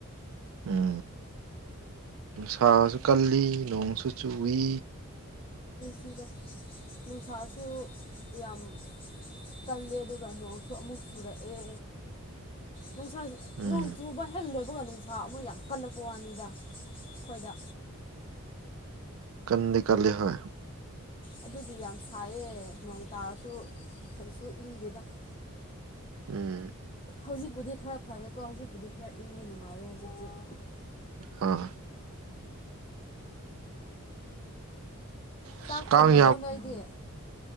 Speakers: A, on the right; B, on the left.
A: ꯎꯝ ꯁꯥꯁꯨ ꯀꯜꯂꯤ ꯅꯣꯡꯁꯨ ꯆꯨꯏ
B: ꯁꯤꯗꯣ ꯅꯨꯡꯁꯥꯁꯨ ꯌꯥꯝ ꯀꯜꯂꯦ ꯑꯗꯨꯒ ꯅꯣꯡꯁꯨ ꯑꯃꯨꯛ ꯆꯨꯔꯛꯑꯦ ꯅꯨꯡꯁꯥ
A: ꯎꯝ
B: ꯅꯣꯡ ꯆꯨꯕ ꯍꯦꯛ ꯂꯣꯏꯕꯒ ꯅꯨꯡꯁꯥ ꯑꯃ ꯌꯥꯝ ꯀꯜꯂꯛꯄ ꯋꯥꯅꯤꯗ ꯈꯣꯏꯗ
A: ꯀꯥꯟꯗꯤ ꯀꯂꯂꯤ ꯍꯥꯏ
B: ꯑꯗꯨꯗꯤ ꯌꯥꯝ ꯐꯥꯏꯌꯦ ꯅꯣꯡ ꯇꯥꯔꯁꯨ ꯀꯩꯁꯨ ꯏꯪꯗꯦꯗ <inaudible>
A: ꯎꯝ
B: ꯍꯧꯖꯤꯛꯄꯨꯗꯤ ꯈꯔ ꯐꯔꯦꯀꯣ ꯍꯧꯖꯤꯛꯄꯨꯗꯤ ꯈꯔ ꯏꯪꯉꯦ ꯅꯨꯡꯉꯥꯏꯔꯦ ꯍꯧꯖꯤꯛꯇꯤ
A: ꯑꯥ
B: ꯆꯥꯛ
A: ꯑꯁ
B: ꯊꯣꯡꯉꯕꯣ
A: ꯀꯥꯡ
B: ꯅꯣꯏ ꯑꯩꯗꯤ